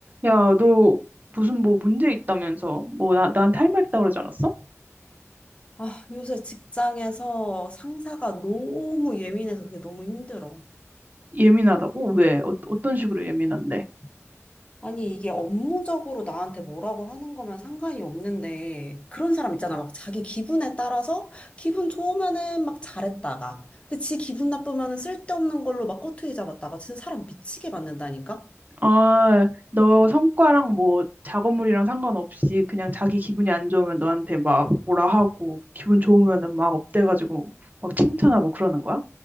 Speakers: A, on the right; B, on the left.
A: 야, 너 무슨 뭐 문제 있다면서 뭐 나, 나한테 할 말 있다 그러지 않았어?
B: 아, 요새 직장에서 상사가 너무 예민해서 그게 너무 힘들어.
A: 예민하다고? 왜? 어, 어떤 식으로 예민한데?
B: 아니, 이게 업무적으로 나한테 뭐라고 하는 거면 상관이 없는데, 그런 사람 있잖아. 막 자기 기분에 따라서 기분 좋으면은 막 잘했다가, 근데 지 기분 나쁘면은 쓸데없는 걸로 막 꼬투리 잡았다가, 진짜 사람 미치게 만든다니까?
A: 아, 너 성과랑 뭐 작업물이랑 상관없이 그냥 자기 기분이 안 좋으면 너한테 막 뭐라 하고 기분 좋으면은 막 업돼가지고 막 칭찬하고 그러는 거야?